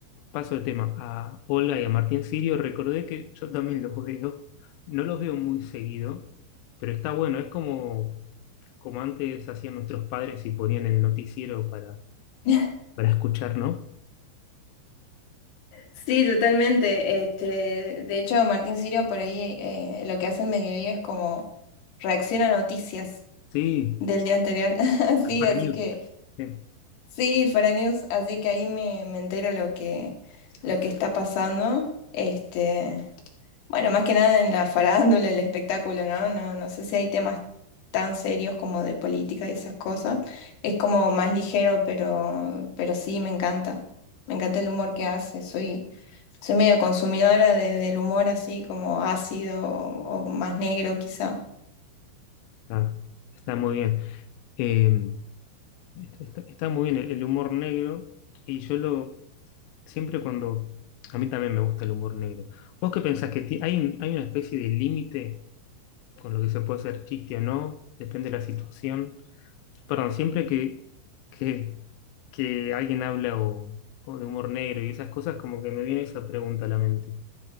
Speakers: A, on the left; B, on the left.
A: paso de tema, a Olga y a Martín Sirio, recordé que yo también los veo. No los veo muy seguido, pero está bueno. Es como, como antes hacían nuestros padres y ponían el noticiero para,
B: <laughs>
A: para escuchar, ¿no?
B: Sí, totalmente. Este, de hecho, Martín Sirio por ahí eh, lo que hace el mediodía es como reacciona a noticias
A: Sí,
B: del día anterior. <laughs> Sí,
A: para
B: así
A: mí.
B: que
A: Sí.
B: sí, para News, así que ahí me, me entero lo que, lo que está pasando. Este, Bueno, más que nada en la farándula, el espectáculo, ¿no? No, no sé si hay temas tan serios como de política y esas cosas. Es como más ligero, pero, pero sí, me encanta. Me encanta el humor que hace. Soy, soy medio consumidora de- del humor así como ácido o, o más negro quizá.
A: Está, está muy bien. Eh, está, está muy bien el, el humor negro y yo lo siempre cuando a mí también me gusta el humor negro. ¿Vos qué pensás que ti- hay, un- hay una especie de límite con lo que se puede hacer chiste o no? Depende de la situación. Perdón, siempre que, que, que alguien habla o, o de humor negro y esas cosas, como que me viene esa pregunta a la mente.